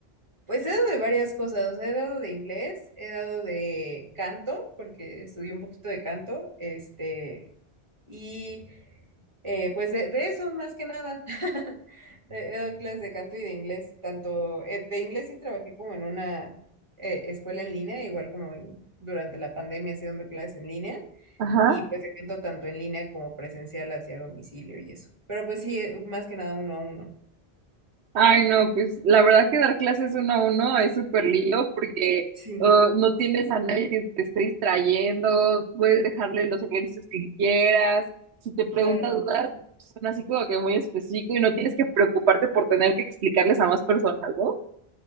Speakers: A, on the right; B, on the right.
A: pues he dado de varias cosas. O sea, he dado de inglés, he dado de canto, porque estudié un poquito de canto, este, y eh, pues de, de eso, más que nada. <laughs> He he dado clases de canto y de inglés, tanto eh, de inglés sí trabajé como en una eh, escuela en línea, igual como en- durante la pandemia, así dando clases en línea.
B: Ajá.
A: Y pues se canto tanto en línea como presencial hacia domicilio y eso. Pero pues sí, eh, más que nada uno a uno.
B: Ay, no, pues la verdad
A: Ujú.
B: que dar clases uno a uno es súper lindo porque
A: Sí,
B: uh, no tienes a nadie que te esté distrayendo, puedes dejarle los ejercicios que quieras, si te pregunta
A: claro.
B: dudas, son así como que muy específico y no tienes que preocuparte por tener que explicarles a más personas, ¿no?